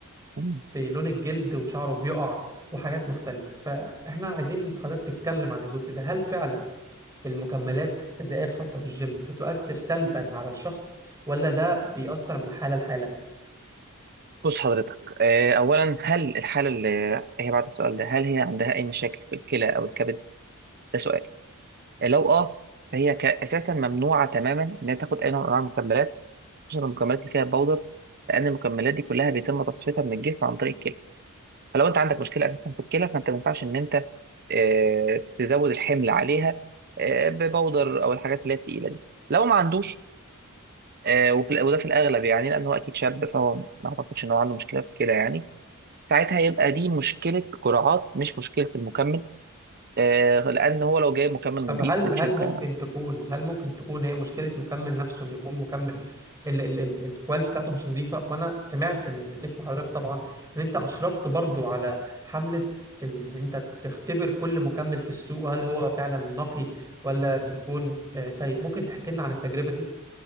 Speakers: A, on the right; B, on the right.
A: يعني
B: في لون الجلد وشعره بيقع وحاجات مختلفة فاحنا عايزين حضرتك تتكلم عن الجزء ده هل فعلا المكملات الغذائية الخاصة بالجيم بتؤثر سلبا على الشخص ولا ده بيأثر من حالة لحالة
A: بص حضرتك آه، أولا هل الحالة اللي هي بعد السؤال ده هل هي عندها أي مشاكل في الكلى أو الكبد؟ ده سؤال آه، لو أه فهي ك- أساسا ممنوعة تماما إنها تاخد أي نوع من أنواع المكملات خصوصا المكملات اللي فيها باودر لأن المكملات دي كلها بيتم تصفيتها من الجسم عن طريق الكلى فلو أنت عندك مشكلة أساسا في الكلى فأنت ما ينفعش إن أنت آه، تزود الحمل عليها آه، بباودر أو الحاجات اللي هي التقيلة دي لو ما عندوش آه، وفي وده في الأغلب يعني لأن هو أكيد شاب فهو ما أعتقدش إن هو عنده مشكلة في الكلى يعني ساعتها يبقى دي مشكلة قراءات مش مشكلة المكمل آه لأن هو لو جايب مكمل نظيف
B: طب هل
A: من
B: هل
A: شركة
B: ممكن تكون هل ممكن تكون هي مشكله مكمل نفسه انه يكون مكمل ال ال ال الكواليتي بتاعته مش نظيفه وانا سمعت ان اسم حضرتك طبعا ان انت اشرفت برضو على حمله ان انت تختبر كل مكمل في السوق هل هو فعلا نقي ولا بيكون آه، سيء ممكن تحكي لنا عن التجربه دي